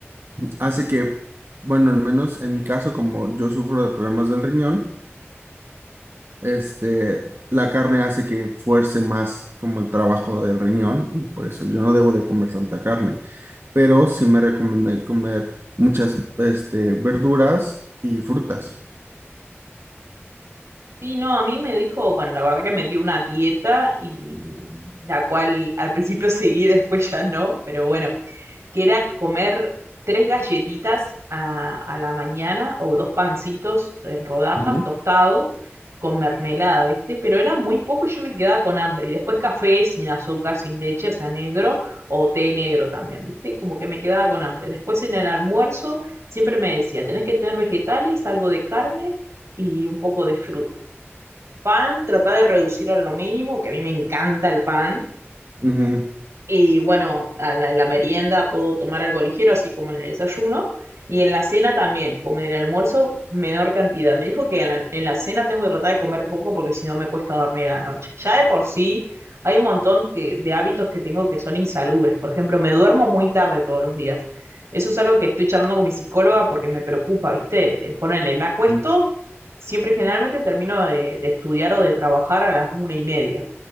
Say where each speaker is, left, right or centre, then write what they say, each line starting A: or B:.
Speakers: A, on the right; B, on the right.
A: hace que, bueno, al menos en mi caso, como yo sufro de problemas del riñón, este, la carne hace que fuerce más como el trabajo del riñón y por eso yo no debo de comer tanta carne, pero sí me recomienda comer muchas, este, verduras y frutas.
B: Sí, no, a mí me dijo, bueno, la verdad que me dio una dieta y la cual al principio <laughs> seguí, después ya no, pero bueno. que era comer tres galletitas a, a la mañana o dos pancitos en rodajas
A: Ujú.
B: tostado con mermelada, ¿viste? Pero era muy poco y yo me quedaba con hambre. Y después café sin azúcar, sin leche, o sea, negro o té negro también, ¿viste? Como que me quedaba con hambre. Después en el almuerzo siempre me decía, tenés que tener vegetales, algo de carne y un poco de fruta. Pan, tratá de reducir a lo mínimo, que a mí me encanta el pan
A: Ujú.
B: y bueno, a la- en la merienda puedo tomar algo ligero, así como en el desayuno. Y en la cena también, como en el almuerzo, menor cantidad. Me dijo que en la, en la cena tengo que tratar de comer poco porque si no me cuesta dormir a la noche. Ya de por sí hay un montón que, de hábitos que tengo que son insalubres. Por ejemplo, me duermo muy tarde todos los días. Eso es algo que estoy charlando con mi psicóloga porque me preocupa, ¿viste? Eh, Ponele, me acuesto,
A: Sí.
B: siempre generalmente termino de, de estudiar o de trabajar a las una y media.